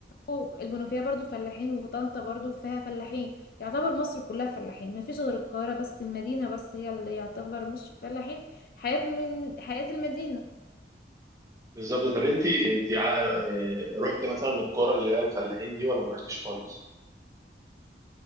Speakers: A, on the left; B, on the right.
A: برضو المنوفية برضو فلاحين وطنطا برضو فيها فلاحين يعتبر مصر كلها فلاحين مفيش غير القاهرة بس المدينة بس هي اللي يعتبر مش فلاحين حياة من حياة المدينة
B: بالظبط طب انت انت ع- آه، رحت مثلا الكرة اللي هي الفلاحين دي ولا ما رحتيش خالص؟